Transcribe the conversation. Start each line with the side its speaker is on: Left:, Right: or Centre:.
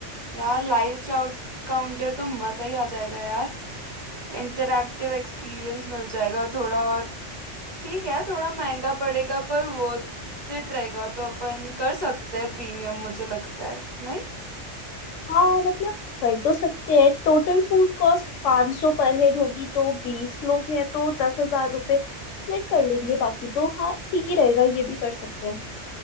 Right: यार लाइव चाउट काउंटर तो मजा ही आ जाएगा यार इंटरैक्टिव एक्सपीरियंस मिल जाएगा थोड़ा और ठीक है थोड़ा महंगा पड़ेगा पर वो it रहेगा तो अपन कर सकते हैं प्रीमियम मुझे लगता है नहीं
Left: हाँ मतलब कर तो सकते हैं टोटल फूड कॉस्ट 500 सौ पर हेड होगी तो बीस लोग हैं तो दस हजार रुपये स्प्लिट कर लेंगे बाकी तो हाँ ठीक ही रहेगा ये भी कर सकते हैं